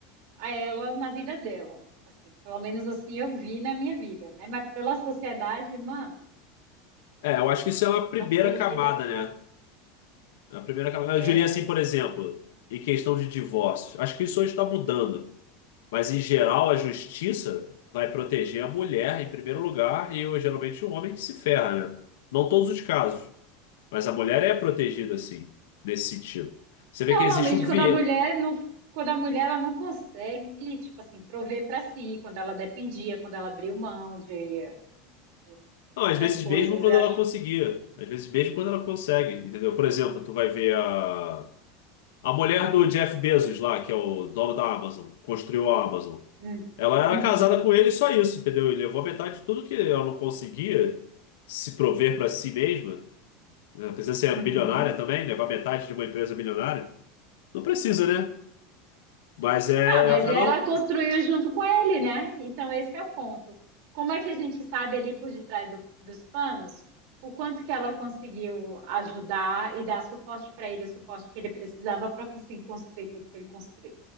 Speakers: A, on the right; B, on the left.
A: a ela na vida dela. Assim, pelo menos assim eu vi na minha vida, né? Mas pela sociedade, mano,
B: É, eu acho que isso é uma
A: ser
B: primeira
A: protegida
B: camada,
A: pelas.
B: né? É A primeira camada.
A: É.
B: Eu diria assim, por exemplo, em questão de divórcio. Acho que isso hoje está mudando. Mas, em geral, a justiça vai proteger a mulher em primeiro lugar e, eu, geralmente, o homem que se ferra, né? Não todos os casos. Mas a mulher é protegida, assim, nesse sentido. Você vê
A: Normalmente
B: que existe um viés.
A: quando a mulher não. Quando a mulher ela não consegue, tipo assim, prover pra si, quando ela dependia, quando ela abriu mão de de, de
B: Não,
A: muitas
B: às vezes
A: coisas,
B: mesmo quando
A: eu acho.
B: ela conseguia. Às vezes mesmo quando ela consegue, entendeu? Por exemplo, tu vai ver a... A mulher do Jeff Bezos lá, que é o dono da Amazon, construiu a Amazon.
A: Hum,
B: Ela
A: Uhum,
B: era casada com ele e só isso, entendeu? Ele levou a metade de tudo que ela não conseguia se prover para si mesma. né? Não precisa ser
A: uhum.
B: bilionária também, levar metade de uma empresa bilionária. Não precisa, né? Mas é,
A: Ah, mas
B: é, é
A: ela
B: normal.
A: construiu junto com ele, né? Então esse é o ponto. Como é que a gente sabe ali por detrás do- dos panos o quanto que ela conseguiu ajudar e dar suporte para ele, o suporte que ele precisava para conseguir construir tudo que ele construiu?